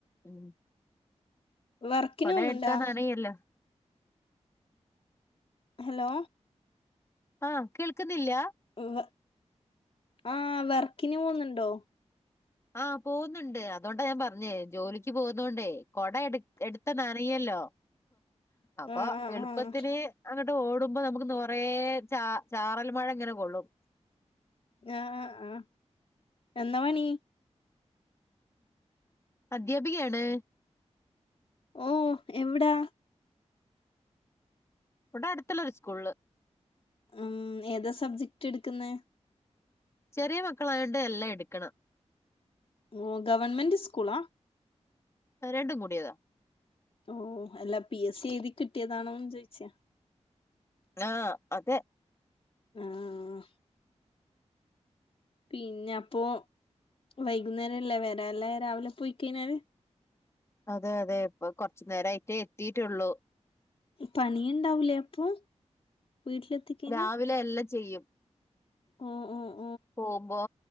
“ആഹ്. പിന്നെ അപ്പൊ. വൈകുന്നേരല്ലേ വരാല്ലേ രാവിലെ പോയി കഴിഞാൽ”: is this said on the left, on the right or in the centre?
Left